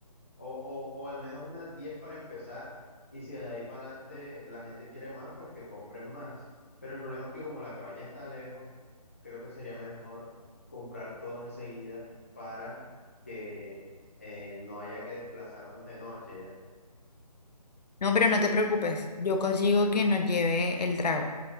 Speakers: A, on the left (about 20°); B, on the left (about 75°).
A: O, o, o al menos unas 10 para empezar, y si de ahí para adelante la gente quiere más, pues que compren más. Pero el problema es que como la cabaña está lejos, creo que sería mejor comprar todo enseguida para que eh, no haya que desplazarnos de noche ya.
B: No, pero no te preocupes, yo consigo que nos lleve el trago.